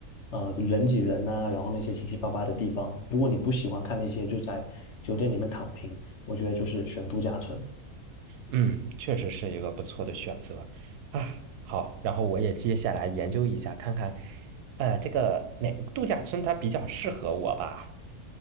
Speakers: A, on the left; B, on the right.
A: 呃人挤人呐、然后那些七七八八的地方。如果你不喜欢看那些，就在酒店里面躺平，我觉得就是选度假村。
B: 嗯，确实是一个不错的选择啊。好，然后我也接下来研究一下，看看呃，这个哪个度假村它比较适合我吧。